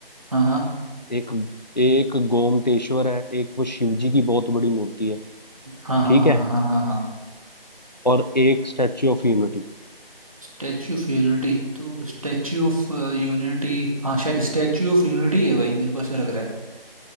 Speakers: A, on the right; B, on the left.
A: हाँ हाँ
B: एक एक गोमतेश्वर है एक वो शिव जी की बहुत बड़ी मूर्ति है
A: हाँ हाँ
B: ठीक
A: हाँ
B: है
A: हाँ हाँ हाँ हाँ
B: और एक स्टैच्यू ऑफ यूनिटी
A: स्टैच्यू ऑफ यूनिटी तो स्टैच्यू ऑफ यूनिटी हाँ शायद स्टैच्यू ऑफ यूनिटी है भाई मेरे को ऐसा लग रहा है